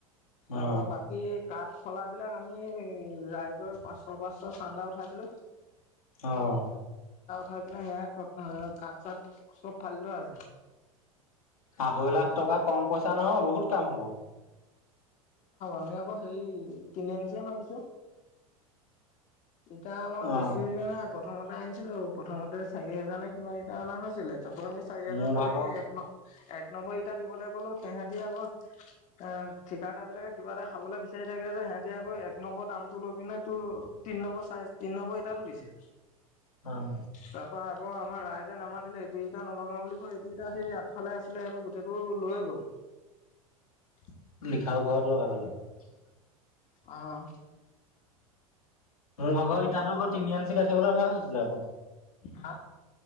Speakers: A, on the left; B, on the left.
A: তাপা
B: অ
A: বাকী কাঠ ফলা বিলাক আমি ৰাইজৰ পাঁচশ পাঁচশ চান্দা উঠাইছিলো।
B: অহ।
A: হয় পিনে সেয়া কাঠ চাথ চব ফালি থোৱা আছে
B: আঢ়ৈ লাখ টকা কম পইচা নহয় বহুত কাম হ'ব।
A: আমি আকৌ সেই তিনি ইঞ্চেহে মাৰিছোঁ। ইটা মই
B: অ
A: বেছি নাই প্ৰথমতে আনিছিলো প্ৰথমতে চাৰি হাজাৰ নে কিমান ইটা অনা হৈছিলে। তাপা সেই চাৰি হাজাৰতো
B: মোৰ ভাগৰ
A: সেই এক ন, এক নম্বৰ ইটা দিবলৈ ক'লো তেহেতি আক এ ঠিকাদাৰ বিলাকে কিবা এটা খাবলৈ বিচাৰি থাকে যে সিহঁতি আকৌ এক নম্বৰ দামটো লৈ পিনে তোৰ তিনি নম্বৰ চাই তিন নম্বৰ ইটাটো দিছে।
B: অহ।
A: তাৰপৰা আকৌ আমাৰ ৰাইজে নামানিলে এইটো ইটা নলগাও বুলি কৈ এইটো ইটা সেই আগফালে আছিলে সেইটো গোটেইটো লৈয়ে গ'ল। <inaudible>
B: লিখাও ঘৰত লগা লগালেগে।
A: অহ।
B: মোৰ ভাগৰ ইটাতো আকৌ তিনি আঞ্চি গাঠিবলৈ ভাল হৈছিলে আক।
A: হা।